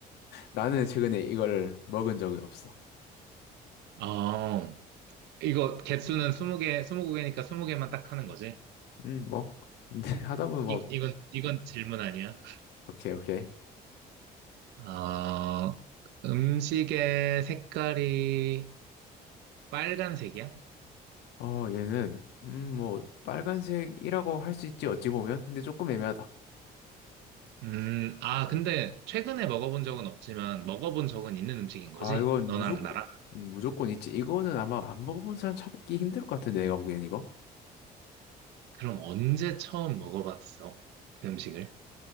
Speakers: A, on the left (about 80°); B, on the right (about 85°).
A: 나는 최근에 이걸 먹은 적이 없어.
B: 아, 이거 개수는 20개, 20개니까 20개만 딱 하는 거지?
A: 음, 뭐. 근데 <laughs> 하다 보면 뭐,
B: 이, 이건, 이건 질문 아니야?
A: 오케이, 오케이.
B: 어, 음식의 색깔이 빨간색이야?
A: 어, 얘는, 음, 뭐, 빨간색이라고 할 수 있지, 어찌 보면. 근데 조금 애매하다.
B: 음, 아, 근데 최근에 먹어본 적은 없지만 먹어본 적은 있는 음식인 거지?
A: 아, 이건
B: 너랑
A: 무조건,
B: 나랑?
A: 음, 무조건 있지. 이거는 아마 안 먹어본 사람 찾기 힘들 것 같은데, 내가 보기엔 이거.
B: 그럼 언제 처음 먹어봤어? 그 음식을?